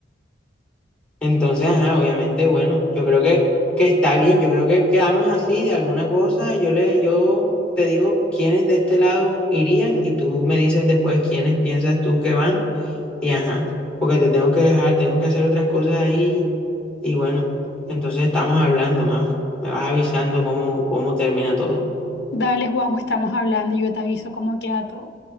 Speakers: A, in the centre; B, on the left.
A: Entonces, ajá, obviamente, bueno, yo creo que, que está bien. Yo creo que quedamos así de alguna cosa. Yo le, yo te digo quiénes de este lado irían y tú me dices después quiénes piensas tú que van. Y ajá, porque te tengo que dejar, tengo que hacer otras cosas ahí. Y bueno, entonces estamos hablando, majo. Me vas avisando cómo, cómo termina todo.
B: Dale, Juanjo, estamos hablando y yo te aviso cómo queda todo.